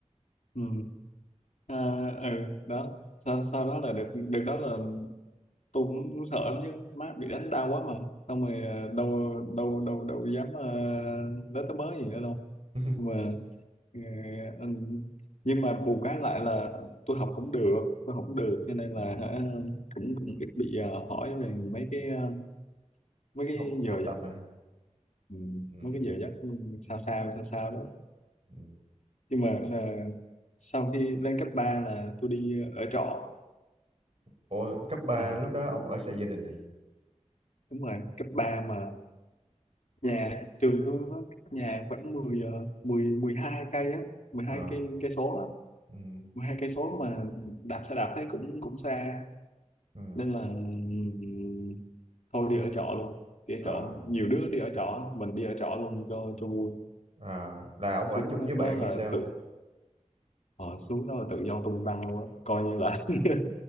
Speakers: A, on the left; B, on the right.
A: ừ. À, ừ đó sau, sau đó là được được đó là tôi cũng, cũng sợ lắm chứ má bị đánh đau quá mà xong rồi à, đâu đâu đâu đâu dám uh, tới tới bớ gì nữa đâu
B: không?
A: nhưng mà
B: <laughs>
A: ờ, ừ, nhưng mà bù cái lại là tôi học cũng được tôi học cũng được cho nên là
B: ừ.
A: hả, cũng cũng ít bị ờ, hỏi về mấy cái ờ, mấy cái
B: học học
A: giờ
B: tập à
A: ừ,
B: ừ.
A: mấy cái giờ giấc sao sao sao sao đó
B: Ừ.
A: nhưng mà là sau khi lên cấp 3 là tôi đi ờ, ở trọ
B: ủa cấp 3
A: Ờ,
B: lúc đó ông ở xa gia đình à
A: đúng rồi cấp 3 mà nhà trường tôi nó cách nhà khoảng mười ờ, mười 12 cây á mười
B: Ờ.
A: hai cây cây số á
B: ừ
A: mười hai cây số mà đạp xe đạp thấy cũng cũng xa
B: ừ
A: nên là ừm, thôi đi ở trọ luôn đi ở
B: ờ
A: trọ nhiều đứa đi ở trọ mình đi ở trọ luôn cho cho vui
B: ờ, là ông ở
A: xuống
B: chung
A: ờ,
B: với bạn
A: đó là
B: hay sao
A: tự ờ, xuống đó là tự do tung tăng luôn á coi như là <laughs>